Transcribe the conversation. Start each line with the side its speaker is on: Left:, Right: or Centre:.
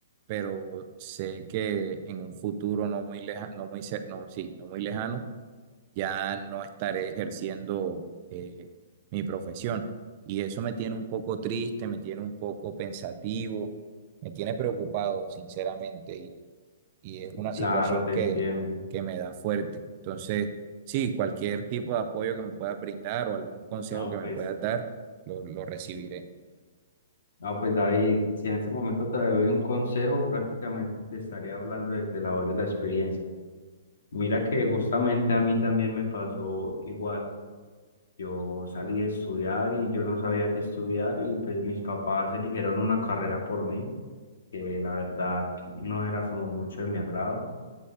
Right: pero sé que en un futuro no muy lejano, no muy, cer- no, sí, no muy lejano, ya no estaré ejerciendo eh, mi profesión. Y eso me tiene un poco triste, me tiene un poco pensativo, me tiene preocupado, sinceramente, y, y es una situación
Left: Claro, te
Right: que,
Left: entiendo.
Right: que me da fuerte. Entonces, sí, cualquier tipo de apoyo que me puedas brindar o algún consejo
Left: No,
Right: que me
Left: pues
Right: puedas dar, lo, lo recibiré.
Left: sí. Ah, pues David, si en este momento te doy un consejo, prácticamente te estaría hablando desde la voz de la experiencia. Mira que justamente a mí también me pasó igual. Yo salí a estudiar y yo no sabía qué estudiar y pues mis papás eligieron una carrera por mí, que la verdad no era como mucho de mi agrado